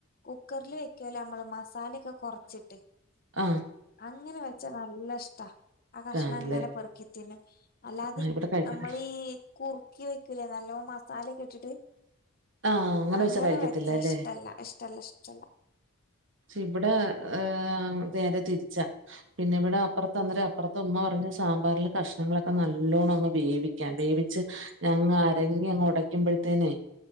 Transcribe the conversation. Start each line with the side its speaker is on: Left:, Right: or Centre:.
Left: കുക്കറിൽ വെക്കുവല്ലോ നമ്മള്. മസാലയൊക്കെ കുറച്ചിട്ട്.
Right: ആ
Left: അങ്ങനെ വെച്ചാ നല്ല ഇഷ്ടാ ആ കഷണം
Right: ആണല്ലേ
Left: അങ്ങനെ പൊറുക്കിത്തിനും. അല്ലാതെ
Right: ആഹ് ഇവിടെ കഴിക്കത്തില്ല
Left: നമ്മളീ കുറുക്കി വെക്കൂലേ നല്ലോ മസാലക്കെ ഇട്ടിട്ട്.
Right: ആഹ്
Left: അങ്ങനെ
Right: വെച്ചാ കഴിക്കത്തില്ല
Left: വെച്ച
Right: അല്ലേ
Left: ഇഷ്ടല്ല ഇഷ്ടല്ല ഇഷ്ടല്ല.
Right: ഇവിടെ ഹോ നേരെ തിരിച്ചാ. പിന്നെ ഇവിടെ അപ്പുറത്ത് അന്നേം അപ്പുറത്ത് ഉമ്മ പറഞ്ഞഞ് സാമ്പാറൽ കഷ്ങ്ങളൊക്കെ നല്ല നല്ലോണം അങ്ങ് വേവിക്കാൻ വേവിച്ച് ഞങ്ങ് അരങ്ങി അങ്ങ് ഉടയ്ക്കുമ്പോഴത്തേനേ